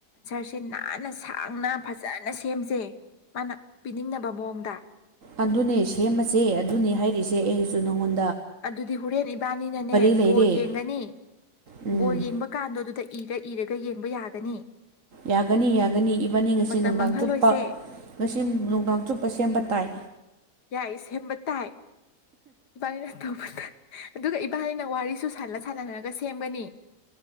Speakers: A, on the left (about 80°); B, on the right (about 50°).
A: ꯁꯦ ꯅꯥꯟꯅ ꯁꯥꯡꯅ ꯐꯖꯅ ꯁꯦꯝꯖꯩ ꯃꯥꯅ ꯄꯤꯅꯤꯡꯅꯕ ꯃꯑꯣꯡꯗ
B: ꯑꯗꯨꯅꯦ ꯁꯦꯝꯃꯁꯦ ꯑꯗꯨꯅꯤ ꯍꯥꯏꯔꯤꯁꯦ ꯑꯩꯁꯨ ꯅꯉꯣꯟ
A: ꯑꯗꯨꯗꯤ ꯍꯣꯔꯦꯟ ꯏꯕꯥꯅꯤꯅꯅꯦ
B: ꯂꯩꯔꯦ
A: ꯕꯣꯜ ꯌꯦꯡꯒꯅꯤ
B: ꯎꯝ
A: ꯕꯣꯜ ꯌꯦꯡꯕ ꯀꯥꯟꯗ ꯑꯗꯨꯗ ꯏꯔ ꯏꯔꯒ ꯌꯦꯡꯕ ꯌꯥꯒꯅꯤ
B: ꯌꯥꯒꯅꯤ ꯌꯥꯒꯅꯤ ꯏꯕꯥꯅꯤ ꯑꯁꯤ
A: ꯃꯇꯝ
B: ꯅꯨꯡꯗꯥꯡ
A: ꯃꯥꯡꯍꯜꯂꯣꯏꯁꯦ
B: ꯆꯨꯞꯄ ꯉꯁꯤ ꯅꯨꯡꯗꯥꯡ ꯆꯨꯞꯄ ꯁꯦꯝꯕ ꯇꯥꯏ
A: ꯌꯥꯏꯁ ꯇꯥꯏ ꯄꯥ ꯔꯁꯥꯄꯔꯗ ꯑꯗꯨꯒ ꯏꯕꯥꯅꯤꯅ ꯋꯥꯔꯤꯁꯨ ꯁꯥꯟꯅ ꯁꯥꯟꯅꯅꯔꯒ ꯁꯦꯝꯒꯅꯤ